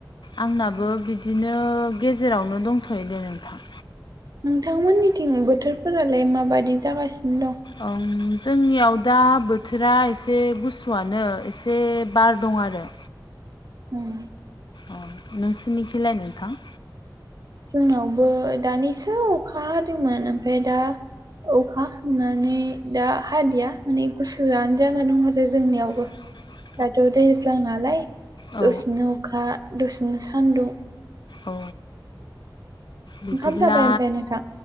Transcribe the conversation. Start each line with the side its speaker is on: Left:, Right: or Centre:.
Left: आंनाबो बिदिनो गेजेरावनो दंथ'यो दे नोंथां।
Right: नोंथांमोननिथिं बोथोरफोरालाय माबायदि जागासिनो दं?
Left: ओं जोंनियाव दा बोथोरा एसे गुसुआनो एसे बार दं आरो।
Right: उम।
Left: अ नोंसिनिखिलाय नोंथां?
Right: जोंनावबो दानिसो अखा हादोंमोन। ओमफाय दा अखा हाखांनानै दा हादिया माने गुसोआनो जाना दं आरो जोंनियावबो।
Left: <unintelligible>
Right: दाथ' दैज्लां नालाय
Left: औ
Right: दसेनो अखा दसेनो सान्दुं।
Left: औ बिदिब्ला
Right: ओंखाम जाबाय ओमफ्राय नोंथां